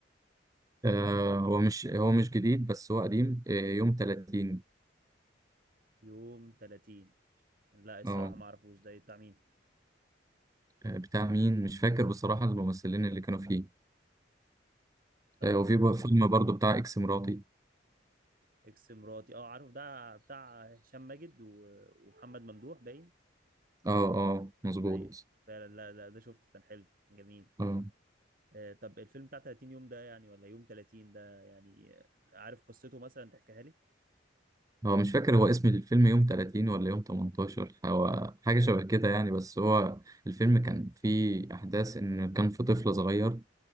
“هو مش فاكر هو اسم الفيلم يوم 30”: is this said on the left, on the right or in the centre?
Right